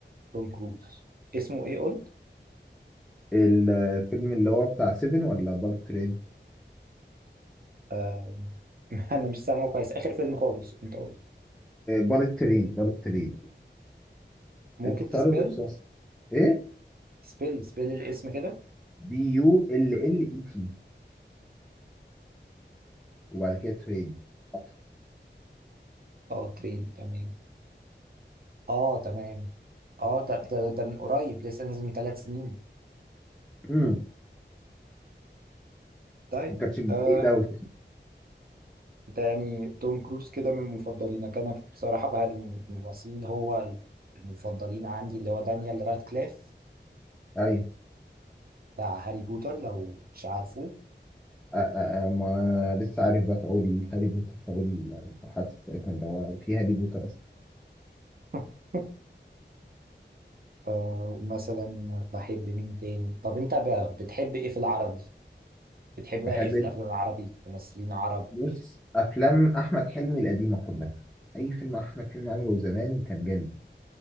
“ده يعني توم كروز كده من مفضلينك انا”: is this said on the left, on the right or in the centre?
Right